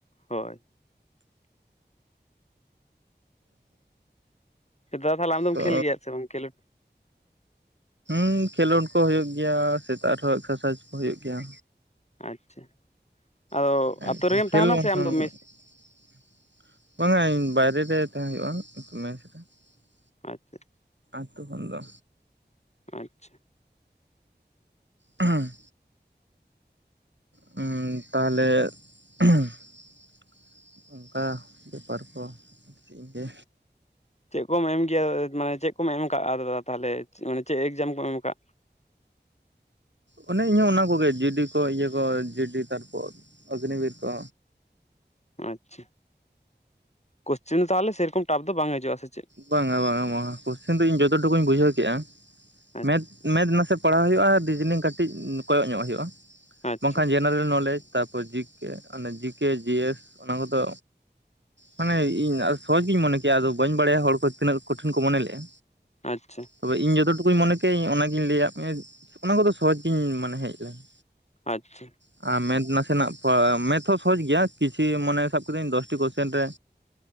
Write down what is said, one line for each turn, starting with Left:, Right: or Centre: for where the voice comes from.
Left: ᱦᱳᱭ ᱫᱟ ᱛᱟᱦᱞᱮ ᱟᱢ ᱫᱚᱚᱢ
Right: ᱛᱚ
Left: ᱠᱷᱮᱞ ᱜᱮᱭᱟ ᱥᱮ ᱵᱟᱝ ᱠᱷᱮᱞᱳᱰ
Right: ᱦᱮᱸ ᱠᱷᱮᱞᱳᱰ ᱠᱚ ᱦᱩᱭᱩᱜᱜ ᱜᱮᱭᱟ ᱥᱮᱛᱟᱜ ᱨᱮᱦᱚᱸ ᱮᱠᱥᱟᱨᱥᱟᱭᱤᱡᱽ ᱠᱚ ᱦᱚ ᱦᱩᱭᱩᱜ ᱜᱮᱭᱟ,
Left: ᱟᱪᱪᱷᱟ ᱟᱫᱚ
Right: <unintelligible>
Left: ᱟᱛᱳ ᱨᱮᱜᱮᱢ
Right: ᱛᱮ
Left: ᱛᱟᱦᱮᱱᱟ ᱥᱮ ᱟᱢ ᱫᱚ ᱢᱮᱥ
Right: ᱛᱮ ᱛᱟᱸᱦᱮᱱ ᱦᱩᱭᱩᱜᱼᱟ ᱢᱮᱥ ᱨᱮ ᱾
Left: ᱟᱪᱪᱷᱟ ᱟᱪᱪᱷᱟ
Right: ᱟᱛᱩ ᱠᱷᱚᱱ ᱫᱚ
Left: ᱟᱪᱪᱷᱟ
Right: <unintelligible> ᱦᱮᱸ ᱦᱩᱸ ᱛᱟᱦᱚᱞᱮ <unintelligible> ᱚᱱᱠᱟ ᱵᱮᱯᱟᱨ ᱠᱚ <unintelligible> ᱜᱮ
Left: ᱪᱮᱫ ᱠᱚᱢ ᱮᱢ ᱠᱮᱭᱟ ᱢᱟᱱᱮ ᱪᱮᱫ ᱠᱚᱢ ᱮᱢ ᱠᱟᱜᱼᱟ ᱫᱟᱫᱟ ᱛᱟᱦᱚᱞᱮᱟᱱᱮ ᱪᱮᱫ ᱮᱠᱡᱟᱢ ᱠᱚᱢ ᱮᱢ ᱠᱟᱜ <inaudible>
Right: ᱚᱱᱮ ᱤᱧ ᱦᱚᱸ ᱚᱱᱟ ᱠᱚᱜᱮ ᱡᱤᱰᱤ ᱠᱚ ᱤᱭᱟᱹ ᱠᱚ ᱡᱤᱰᱤ ᱛᱟᱨᱯᱚᱨ ᱚᱜᱱᱤᱵᱤᱨ ᱠᱚ
Left: ᱟᱪᱪᱷᱟ ᱠᱚᱥᱪᱟᱱ ᱛᱟᱦᱮ ᱥᱮᱨᱚᱠᱚᱢ ᱴᱟᱯ ᱫᱚ ᱵᱟᱝ ᱦᱤᱡᱩᱜᱼᱟ ᱟ ᱥᱮ ᱪᱮᱫ
Right: ᱵᱟᱝᱟ ᱵᱟᱝᱟ ᱢᱟ ᱠᱚᱥᱪᱮᱱ ᱫᱚ ᱤᱧ ᱡᱚᱛᱚ ᱴᱩᱠᱩᱧ ᱵᱩᱡᱷᱟᱹᱣ ᱠᱮᱫᱼᱟ
Left: ᱟᱪᱪᱷᱟ
Right: ᱢᱮᱛᱷ ᱢᱮᱛᱷ ᱱᱟᱥᱮ ᱯᱟᱲᱦᱟᱜ ᱦᱩᱭᱩᱜᱼᱟ ᱨᱤᱡᱱᱤᱝ ᱠᱟᱹᱴᱤᱡ ᱠᱚᱭᱚᱜ ᱧᱚᱜ ᱦᱩᱭᱩᱜᱼᱟ᱾
Left: ᱟᱪᱪᱷᱟ
Right: ᱵᱟᱝᱠᱷᱟᱱ ᱡᱮᱱᱟᱨᱮᱞ ᱱᱚᱞᱮᱡᱽ ᱛᱟᱨᱯᱚᱨ ᱡᱤᱠᱮ ᱡᱤᱠᱮ ᱡᱤ ᱮᱥ ᱚᱱᱟ ᱠᱚᱫᱚ ᱢᱟᱱᱮ ᱤᱧ ᱥᱚᱦᱚᱡ ᱜᱤᱧ ᱢᱚᱱᱮ ᱠᱮᱭᱟ ᱟᱫᱚ ᱵᱟᱹᱧ ᱵᱟᱲᱟᱭᱟ ᱦᱚᱲ ᱠᱚ ᱛᱤᱱᱟᱹᱜ ᱠᱚᱴᱷᱤᱱ ᱠᱚ ᱢᱚᱱᱮ ᱞᱮᱫᱼᱟ
Left: ᱟᱪᱪᱷᱟ
Right: ᱛᱚᱵᱮ ᱤᱧ ᱡᱚᱛ ᱴᱩᱠᱩ ᱠᱚᱧ ᱢᱚᱱᱮ ᱠᱮᱭᱟ ᱤᱧ ᱚᱱᱟᱜᱤᱧ ᱞᱟᱹᱭᱟᱫ ᱚᱱᱟ ᱠᱚᱫᱚ ᱥᱚᱦᱚᱡ ᱜᱤᱧ ᱢᱟᱱᱮ ᱦᱮᱡ ᱞᱮᱱᱟ
Left: ᱟᱪᱪᱷᱟ
Right: ᱟᱨ ᱢᱮᱛᱷ ᱱᱟᱥᱮᱱᱟᱜ ᱢᱮᱛᱷ ᱦᱚᱸ ᱥᱚᱦᱚᱡ ᱜᱮᱭᱟ ᱠᱤᱪᱷᱤᱩ ᱢᱟᱱᱮ ᱥᱟᱵ ᱠᱟᱹᱫᱟᱹᱧ ᱫᱚᱥᱴᱤ ᱠᱚᱥᱪᱮᱱ ᱨᱮ